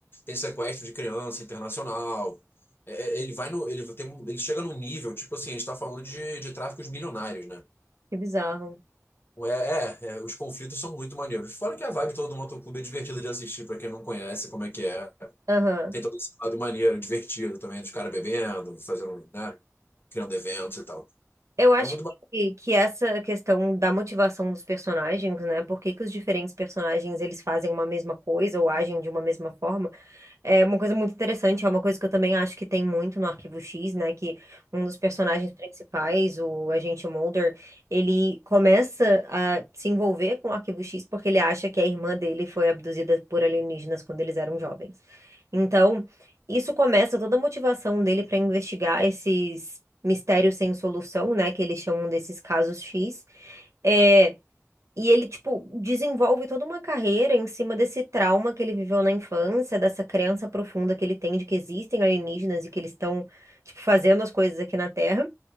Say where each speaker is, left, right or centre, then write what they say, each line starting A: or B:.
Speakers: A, on the left; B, on the right.
A: tem sequestro de criança internacional. É, é, ele vai no, ele tem, um- ele chega num nível, tipo assim, a gente tá falando de, de tráficos milionários, né?
B: que bizarro.
A: É, é, é, os conflitos são muito maneiros. Fora que a vibe toda do motoclube é divertida de assistir, pra quem não conhece como é que é.
B: Aham.
A: Tem todo esse lado maneiro, divertido também, dos caras bebendo, fazendo, né? Criando eventos e tal.
B: Eu acho
A: É muito bacana.
B: que, que essa questão da motivação dos personagens, né? Por que que os diferentes personagens eles fazem uma mesma coisa ou agem de uma mesma forma? É uma coisa muito interessante, é uma coisa que eu também acho que tem muito no Arquivo X, né? Que um dos personagens principais, o agente Mulder, ele começa a se envolver com o Arquivo X porque ele acha que a irmã dele foi abduzida por alienígenas quando eles eram jovens. Então, isso começa toda a motivação dele para investigar esses mistérios sem solução, né? Que eles chamam desses casos X. é e ele, tipo, desenvolve toda uma carreira em cima desse trauma que ele viveu na infância, dessa crença profunda que ele tem de que existem alienígenas e que eles estão, tipo, fazendo as coisas aqui na Terra.